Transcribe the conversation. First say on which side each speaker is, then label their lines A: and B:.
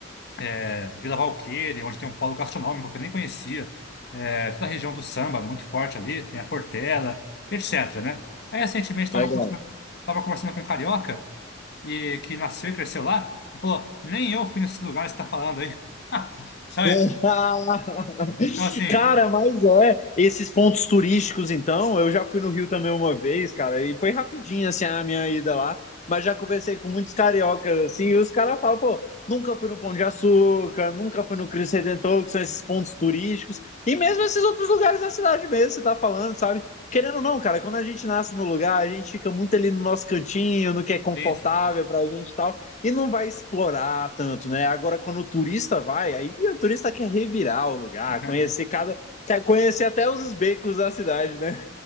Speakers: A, on the left; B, on the left.
A: é, Vila Valqueira, onde tem um polo gastronômico que eu nem conhecia, é, toda a região do samba, muito forte ali, tem a Portela, etc, né? Aí, recentemente, estava
B: legal.
A: conversando, tava conversando com um carioca, e que nasceu e cresceu lá, e falou, nem eu fui nesse lugar que você está falando aí. <laughs> Sabe?
B: <laughs>
A: Então, assim,
B: Cara, mas é, esses pontos turísticos, então, eu já fui no Rio também uma vez, cara, e foi rapidinho, assim, a minha ida lá, mas já conversei com muitos cariocas, assim, e os caras falam, pô, nunca fui no Pão de Açúcar, nunca fui no Cristo Redentor, que são esses pontos turísticos, e mesmo esses outros lugares da cidade mesmo, você tá falando, sabe? Querendo ou não, cara, quando a gente nasce no lugar, a gente fica muito ali no nosso cantinho, no que é confortável
A: tem isso.
B: pra gente e tal, e não vai explorar tanto, né? Agora, quando o turista vai, aí o turista quer revirar o lugar,
A: <laughs>
B: conhecer cada. Quer conhecer até os becos da cidade, né?